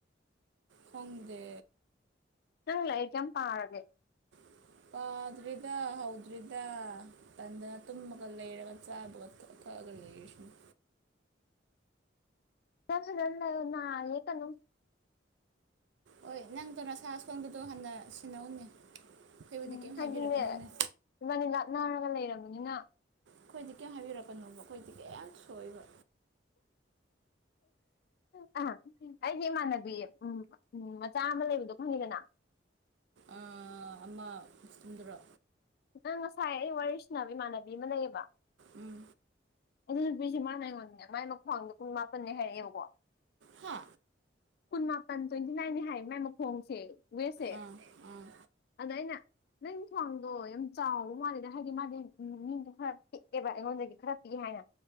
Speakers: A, on the right (about 75°); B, on the left (about 55°).
A: ꯈꯪꯗꯦ
B: ꯅꯪ ꯂꯥꯏꯔꯤꯛ ꯀꯌꯥꯝ ꯄꯥꯔꯒꯦ
A: <inaudible> ꯄꯥꯗ꯭ꯔꯤꯗ ꯍꯧꯗ꯭ꯔꯤꯗ ꯇꯟꯗꯅ ꯇꯨꯝꯃꯒ ꯂꯩꯔꯒ ꯆꯥꯕꯒ ꯊꯛꯄꯒ ꯒ ꯂꯩꯔꯤꯁꯤꯅꯤ
B: ꯅꯪ ꯁꯤꯗ ꯂꯩꯌꯨ ꯅꯥꯔ ꯂꯤꯛꯀꯅꯨ
A: ꯍꯣꯏ ꯅꯪꯗꯣ ꯅꯁꯥ ꯑꯁꯣꯟꯕꯗꯣ ꯍꯥꯟꯅ ꯁꯤꯟꯅꯧꯅꯦ ꯑꯩꯈꯣꯏꯕꯨꯗꯤ
B: ꯎꯝ
A: ꯀꯩꯝ
B: ꯑꯈꯣꯏꯗꯤꯅꯦ
A: ꯍꯥꯏꯕꯤꯔꯛꯀꯅꯨꯅꯦ
B: ꯏꯕꯥꯅꯤ ꯂꯥꯞꯅꯔꯒ ꯂꯩꯔꯕꯅꯤꯅ
A: ꯑꯈꯣꯏꯗꯤ ꯀꯌꯝ ꯍꯥꯏꯕꯤꯔꯛꯀꯅꯣꯕ ꯑꯈꯣꯏꯗꯤ ꯀꯌꯝ ꯁꯣꯛꯑꯣꯏꯕ
B: ꯍ ꯑ ꯑꯩꯒꯤ ꯏꯃꯥꯟꯅꯕꯤ ꯎꯝ ꯎꯝ ꯃꯆꯥ ꯑꯃ ꯂꯩꯕꯗꯣ ꯈꯪꯉꯤꯗꯅ
A: ꯑ ꯑꯃ ꯃꯨꯁ꯭ꯂꯤꯝꯗꯨꯔꯣ
B: ꯈꯤꯇꯪ ꯉꯁꯥꯏ ꯑꯩ ꯋꯥꯔꯤ ꯁꯥꯅꯕ ꯏꯃꯥꯟꯅꯕꯤ ꯑꯃ ꯂꯩꯌꯦꯕ
A: ꯎꯝ
B: ꯑꯗꯨ ꯅꯨꯄꯤꯁꯦ ꯃꯥꯅ ꯑꯩꯉꯣꯟꯗꯅꯦ ꯃꯥꯏ ꯃꯈ꯭ꯋꯥꯡꯗꯣ ꯀꯨꯟ ꯃꯥꯄꯟꯅꯦ ꯍꯥꯏꯔꯛꯑꯦꯕꯀꯣ
A: ꯍꯥ
B: ꯀꯨꯟ ꯃꯥꯄꯟ ꯇ꯭ꯋꯦꯟꯇꯤ ꯅꯥꯏꯟꯅꯦ ꯍꯥꯏ ꯃꯥꯏ ꯃꯈꯣꯡꯁꯦ ꯋꯦꯁꯁꯦ
A: ꯑꯥ ꯑꯥ
B: ꯑꯗ ꯑꯩꯅ ꯅꯪ ꯈ꯭ꯋꯥꯡꯗꯣ ꯌꯥꯝ ꯆꯥꯎꯕ ꯃꯥꯜꯂꯤꯅ ꯍꯥꯏꯗꯤ ꯃꯥꯗꯤ ꯃꯤꯗꯣ ꯈꯔ ꯄꯤꯛꯑꯦꯕ ꯑꯩꯉꯣꯟꯗꯒꯤ ꯈꯔ ꯒꯤ ꯍꯥꯏꯅ